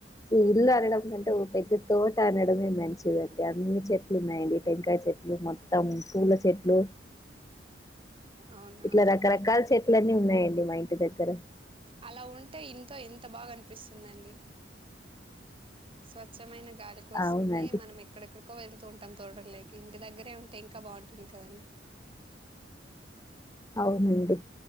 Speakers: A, on the left; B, on the right.
A: ఈ ఇల్లు అనడం కంటే ఓ పెద్ద తోట అనడమే మంచిదండి అన్ని చెట్లు ఉన్నాయండి టెంకాయ చెట్ ట్లు మొత్తం పూల చెట్లు
B: అవునవునా
A: ఇట్ల రకరకాల చెట్లన్నీ ఉన్నాయండి మా ఇంటి దగ్గర.
B: అలా ఉంటే ఇంట్లో ఎంత బాగా అనిపిస్తుందండి. స్వచ్ఛమైన గాలి కోసమే
A: అవునండి
B: మనం ఎక్కడెక్కడికో వెళ్తూ ఉంటాం తోటలకి ఇంటి దగ్గరే ఉంటే ఇంకా బాగుంటుంది కదండి.
A: అవునండి